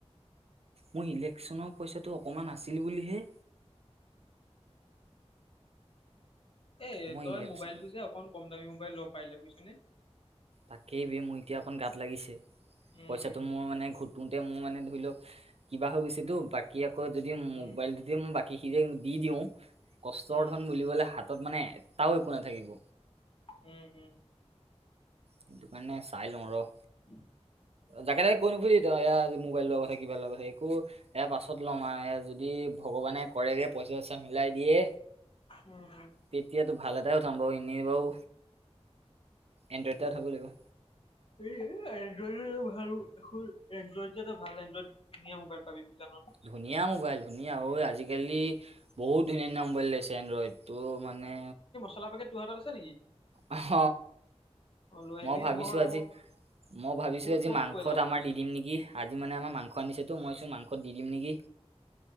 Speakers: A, on the right (about 65°); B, on the left (about 55°).
A: মোৰ ইলেকশ্যনৰ পইচাটো অকণমান আছিল বুলিহে
B: এ
A: মই
B: তই
A: ইলেকশ্যন
B: মোবাইলটো যে অকন কম দামী মোবাইল ল ব পাইলি বুজিছ নে?
A: তাকেই বে মোৰ এতিয়া অকণ গাত লাগিছে,
B: উম
A: পইচাটো মোৰ মানে ঘূট তোতে মোৰ মানে ধৰি লওক কিবা হৈ গৈছেতো বাকী আকৌ যদি মোবাইল
B: উম
A: যে মই বাকীখিনি দি দিওঁ, কষ্টৰ
B: উম
A: ধন বুলিবলে হাতত মানে এটাও একো নাথাকিব।
B: উম উম।
A: সেইটো কাৰণে চাই লওঁ ৰ।
B: উম।
A: যাকে তাকে কৈ নুফুৰিবি ত এয়া যে মোবাইল লোৱা কথা কিবা লোৱা কথা একো এয়া পাছত ল'ম আৰু যদি ভগৱানে কৰেগে পইচা -চইচা মিলাই দিয়ে।
B: উম হুম।
A: তেতিয়াতো ভাল এটাই উঠাম বাৰু এনেই বাৰু এনড্ৰইড এটা উঠাব লাগিব।
B: এই এনড্ৰইডো ভাল এনড্ৰইড যে এটা ভাল এনড্ৰইড ধুনীয়া মোবাইৰ পাবি বু জান নে?
A: ধুনীয়া মোবাইল ধুনীয়া ঐ আজি কালি বহুত ধুনীয়া ধুনীয়া মোবাইল লৈছে এনড্ৰইড তো মানে
B: চলা পেকেট তোৰ হাতত আছে নেকি?
A: অহ,
B: অ লৈ আহিবি
A: মই ভাবিছো
B: আকৌ
A: আজি মই ভাবিছো আজি
B: ক'ত
A: মাংস
B: পেলালো
A: আমাৰ দি দিম নিকি? আজি মানে আমাৰ মাংস আনিছে তো মই চোন মাং আকৌ দি দিম নেকি,